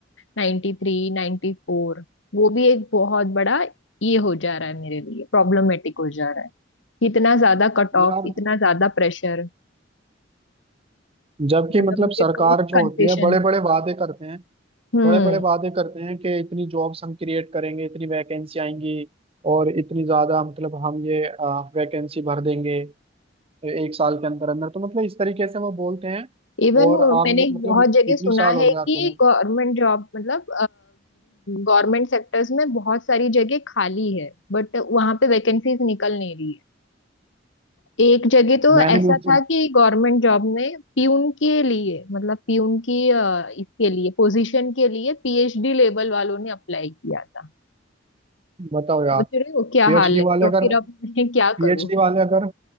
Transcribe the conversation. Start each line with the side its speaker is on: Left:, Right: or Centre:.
Left: नाइन्टी थ्री नाइन्टी फोर वो भी एक बहुत बड़ा ये हो जा रहा है मेरे लिए प्रॉब्लमेटिक हो जा रहा है इतना ज्यादा कट ऑफ
Right: यार
Left: इतना ज्यादा प्रेशर
Right: जबकि
Left: मतलब
Right: मतलब
Left: मुझे
Right: सरकार
Left: कुछ
Right: जो
Left: कंसेशन
Right: होती है बड़े
Left: नहीं
Right: बड़े वादे करते हैं
Left: हम्म
Right: बड़े बड़े वादे करते हैं कि इतनी जॉब्स हम क्रिएट करेंगे इतनी वैकेंसी आएंगी और इतनी ज्यादा मतलब हम ये वैकेंसी भर देंगे एक साल के अंदर अंदर तो मतलब इस तरीके से वो बोलते हैं
Left: इवन
Right: और आप
Left: मैंने
Right: मतलब
Left: बहुत जगह
Right: इतनी
Left: सुना
Right: साल हो
Left: है कि
Right: गया तुम्हें
Left: गवर्नमेंट जॉब मतलब गवर्नमेंट सेक्टर्स में बहुत सारी जगह खाली है बट वहां पे वैकेंसीज निकल नहीं रही है एक जगह तो
Right: मैंने
Left: ऐसा
Right: भी उनसे-
Left: था कि गवर्नमेंट जॉब में प्यून के लिए मतलब प्यून की अ, इसके लिए पोजीशन के लिए पीएचडी लेवल वालों ने अप्लाई किया था
Right: बताओ यार
Left: सोच रहे हो क्या
Right: पीएचडी
Left: हाल है
Right: वाले
Left: तो
Right: अगर
Left: फिर अब मैं क्या
Right: पीएचडी
Left: करूँ
Right: वाले अगर